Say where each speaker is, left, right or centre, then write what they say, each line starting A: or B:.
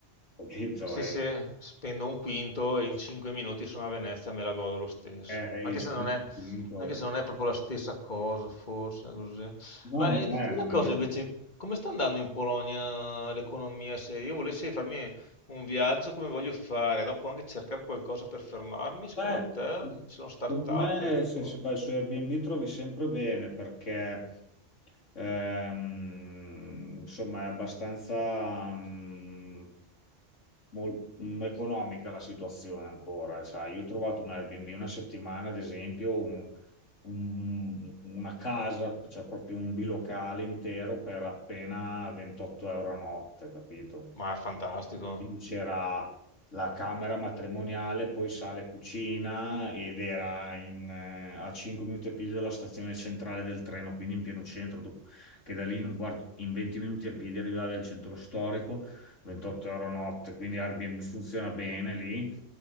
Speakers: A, on the left (about 85°); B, on the left (about 40°).
A: capito?
B: Sì,
A: E,
B: sì, spendo un quinto e in cinque minuti sono a Venezia e me la godo lo stesso.
A: e,
B: Anche
A: e spendi
B: se non è,
A: tutto.
B: anche se non è proprio la stessa cosa, forse, così.
A: No,
B: Ma eh,
A: non
B: ditemi
A: è, non
B: una cosa
A: è.
B: invece, come sta andando in Polonia l'economia? Se io volessi farmi un viaggio come voglio fare, dopo anche cercare qualcosa per fermarmi, secondo
A: Beh,
B: te ci sono start-up,
A: secondo me
B: qualcosa?
A: se, se vai su Airbnb trovi sempre bene perché ehm, insomma è abbastanza mm, mol- mm, economica la situazione ancora. Sai, io ho trovato un Airbnb una settimana, ad esempio, un- un- una casa, cioè proprio un bilocale intero per appena 28 euro a notte, capito?
B: Ma è fantastico.
A: Quindi c'era la camera matrimoniale, poi sale cucina ed era in, eh, a 5 minuti a piedi dalla stazione centrale del treno, quindi in pieno centro, dop- che da lì in, un quarto, in 20 minuti a piedi arrivavi al centro storico, 28 euro notte, quindi Airbnb funziona bene lì